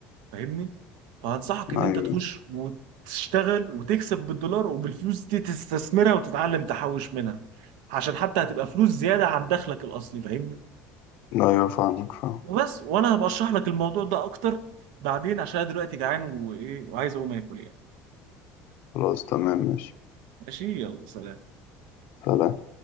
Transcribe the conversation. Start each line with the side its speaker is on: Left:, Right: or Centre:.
Right: فاهمني فهنصحك ان
Left: أيوة
Right: انت تخش وتشتغل وتكسب بالدولار وبالفلوس دي تستثمرها وتتعلم تحوش منها عشان حتى هتبقى فلوس زيادة عن دخلك الأصلي فاهمني
Left: أيوة فاهمك فاهم
Right: وبس وانا هبقى اشرح لك الموضوع ده اكتر بعدين عشان أنا دلوقتي جعان وايه وعايز اقوم اكل يعني
Left: خلاص تمام ماشي
Right: ماشي يلا سلام
Left: سلام